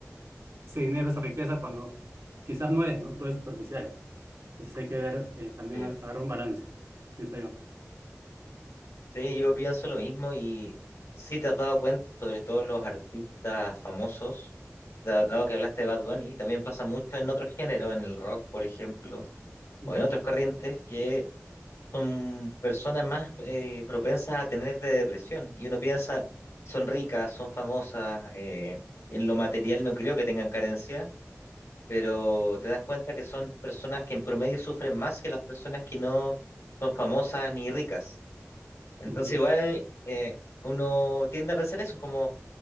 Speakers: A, on the right; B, on the left.
A: ese dinero, esa riqueza cuando quizás no es, ¿no? Todo es superficial. Entonces hay que ver, eh, también
B: Sí,
A: agarrar un balance, pienso yo.
B: Sí, yo pienso lo mismo y sí te has dado cuenta, sobre todo los artistas famosos, da- dado que hablaste de Bad Bunny, también pasa mucho en otros géneros, en el rock, por ejemplo,
A: Ujú.
B: o en otras corrientes, que son personas más eh, propensas a tener de depresión. Y uno piensa, son ricas, son famosas, eh, en lo material no creo que tengan carencia, pero te das cuenta que son personas que en promedio sufren más que las personas que no son famosas ni ricas. Entonces
A: Ujú.
B: igual eh, uno tiende a pensar eso, como